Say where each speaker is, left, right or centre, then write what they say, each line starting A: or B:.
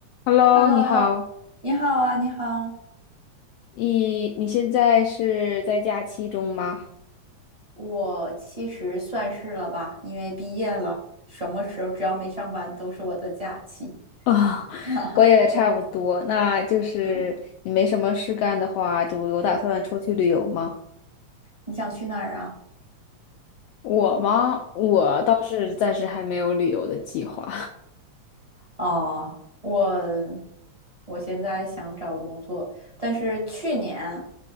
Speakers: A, on the left; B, on the right.
A: Hello，
B: Hello，
A: 你好，
B: 你好啊，你好。
A: 你你现在是在假期中吗？
B: 我其实算是了吧，因为毕业了，什么时候只要没上班都是我的假期。
A: 啊、
B: <laughs> 哈哈，
A: <laughs> 我也差不多，那就是你没什么事干的话，
B: 嗯，
A: 就有打算出去旅游吗？
B: 你想去哪儿啊？
A: 我吗？我倒是暂时还没有旅游的计划。
B: 哦，我我现在想找工作，但是去年